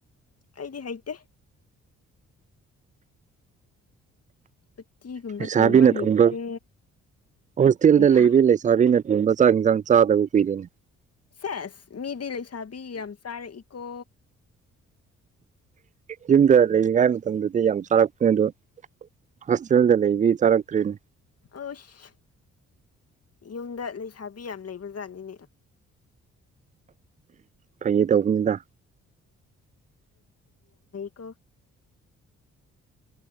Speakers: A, on the left; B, on the right.
A: ꯑꯩꯗꯤ ꯍꯩꯇꯦ ꯎꯇꯤꯒꯨꯝꯕ
B: ꯂꯩꯁꯥꯕꯤꯅ
A: ꯍꯩꯇꯦ
B: ꯊꯣꯡꯕ ꯍꯣꯁꯇꯦꯜꯗ
A: ꯂꯩꯁꯥ
B: ꯂꯩꯕꯤ ꯂꯩꯁꯥꯕꯤꯅ ꯊꯣꯡꯕ ꯆꯥꯛ ꯌꯦꯟꯁꯥꯡ ꯆꯥꯗꯕ ꯀꯨꯏꯔꯦꯅꯦ
A: ꯁꯦꯁ ꯃꯤꯗꯤ ꯂꯩꯁꯥꯕꯤ ꯌꯥꯝ ꯆꯥꯔꯛꯏꯀꯣ
B: ꯌꯨꯝꯗ ꯂꯩꯔꯤꯉꯥꯏ ꯃꯇꯝꯗꯗꯤ ꯌꯥꯝ ꯆꯥꯔꯛꯄꯅꯤ ꯑꯗꯣ ꯍꯣꯁꯇꯦꯜꯗ ꯂꯩꯕꯤ ꯆꯥꯔꯛꯇ꯭ꯔꯤꯅꯦ
A: ꯑꯁ ꯌꯨꯝꯗ ꯂꯩꯁꯥꯕꯤ ꯌꯥꯝ ꯂꯩꯕꯖꯥꯠꯅꯤꯅꯦ
B: ꯐꯥꯒꯤ ꯇꯧꯕꯅꯤꯗ
A: ꯀꯣ